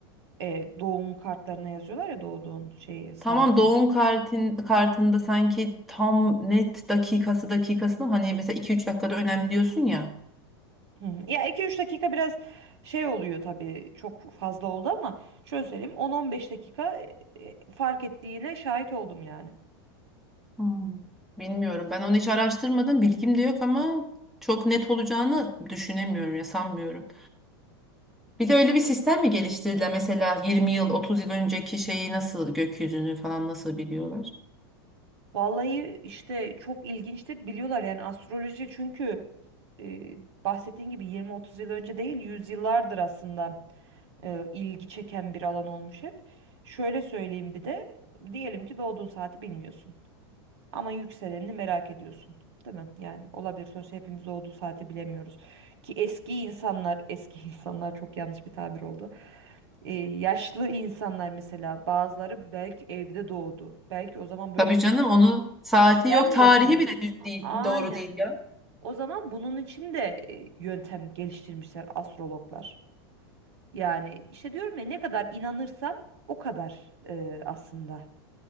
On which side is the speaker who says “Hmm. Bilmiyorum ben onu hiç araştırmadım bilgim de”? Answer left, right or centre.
Centre